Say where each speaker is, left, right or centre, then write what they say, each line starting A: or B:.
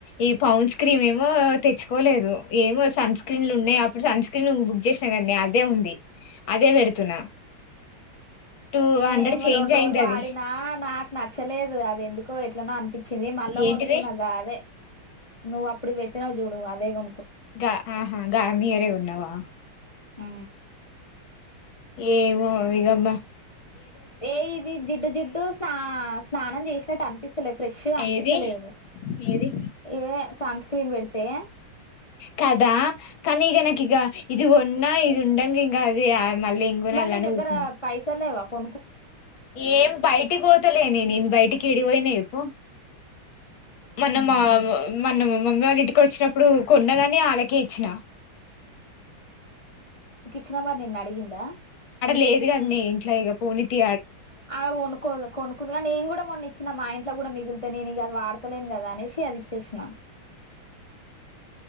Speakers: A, on the left; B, on the left.
A: ఈ పౌండ్స్ క్రీమ్ ఏమో తెచ్చుకోలేదు ఏమో సన్ స్క్రీన్లు ఉన్నాయి అప్పుడు సన్ స్క్రీన్ బుక్ చేసిన కానీ అదే ఉంది అదే పెడుతున్నా టూ
B: నేనేమ
A: హండ్రెడ్ చేంజ్
B: రెండు
A: అయింది
B: రోజులు వాడిన
A: అది
B: నాకు నచ్చలేదు అదే ఎందు కో ఎట్లనో అనిపించింది మళ్ళ
A: ఏంటిది
B: కొనుకున్నా అదే ను అప్పుడు బెటనా జోడు అదే కొ
A: గా ఆహా గగా నయరే ఉన్నావా
B: ఆ
A: ఏవో ఇగమ్బ
B: ఏ ఇది జిడ్ జిడ్డు స్నా స్నాన చేసిన అంతపి లే ఫ్రెష్గా అనిపించలేదా
A: ఏది ఏది
B: ఏ సన్ స్క్రీన్ పెడితే
A: కదా కానీగ నాకి ఇగ ఇదిగ ఉన్నా ఇది ఉండంగా ఇంగా అది మళ్ళీ ఇంకొనాలని
B: మరి నీ దగ్గర
A: ఊరుకున్నా
B: పైస లేవ కొ
A: ఏం బయటికి ఓతలే న నన్ బయటికి ఇడివోయినే పో మనం
B: ఉమ్.
A: మనం మంగవారి ఇంటికి వచ్చినప్పుడు కొన్నగానే ఆళ్లకే ఇచ్చినా
B: చిన్నమ్మ నిన్ను అడిగిందా
A: లేదు గాని నే ఇంట్లో ఇక పూని తి
B: అవ్ కొనుకోదు కొన్ కుదిగా నేను కూడా మొన్ని ఇచ్చిన మా ఇంట్లో కూడా మిగి నేను ఇగ అది వడతలేను కదా అనేసి అది ఇచ్చేసినాను